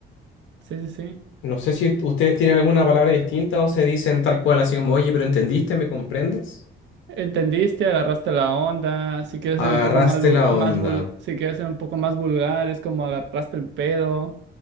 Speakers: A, on the right (about 65°); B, on the left (about 80°).
A: Sí, sí, sí.
B: No sé si ustedes tienen alguna palabra distinta o se dicen tal cual, así como, oye, pero entendiste, ¿me comprendes?
A: Entendiste, agarraste la onda. Si quieres ser
B: Agarraste
A: un poco más vul-
B: la
A: más
B: onda.
A: vul- si quieres ser un poco más vulgar, es como agarraste el pedo.